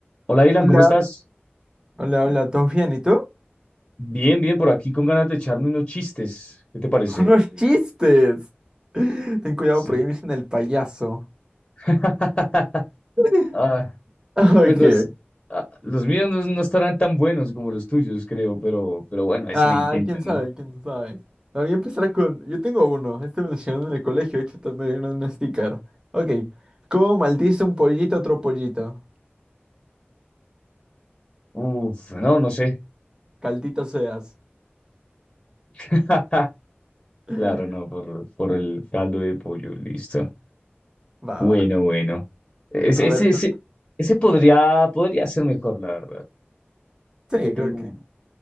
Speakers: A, on the left; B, on the right.
A: Hola, Dylan,
B: Hola,
A: ¿cómo estás?
B: hola, hola, ¿todo bien? ¿Y tú?
A: Bien, bien, por aquí con ganas de echarme unos chistes. ¿Qué te parece?
B: <laughs> ¡Unos Sí. chistes! Ten cuidado
A: Sí.
B: porque ahí me dicen el payaso.
A: <laughs>
B: <laughs>
A: Ah,
B: Ok.
A: pues los, ah, los míos no, no estarán tan buenos como los tuyos, creo, pero, pero bueno, ahí
B: Ah,
A: se le intenta,
B: quién
A: ¿no?
B: sabe, quién sabe. Ah, Voy a empezar con. Yo tengo uno. Este me lo enseñaron en el colegio. De hecho, tal- me dieron un sticker. Ok. ¿Cómo maldice un pollito a otro pollito?
A: Uf, no, no sé.
B: Caldito seas.
A: <laughs>
B: <laughs>
A: Claro, no, por, por el caldo de pollo, listo.
B: Va,
A: Bueno,
B: va.
A: bueno. Ese,
B: A ver,
A: ese,
B: tú.
A: ese, ese podría, podría ser mejor, la verdad.
B: Sí,
A: Te tengo
B: creo que.
A: uno,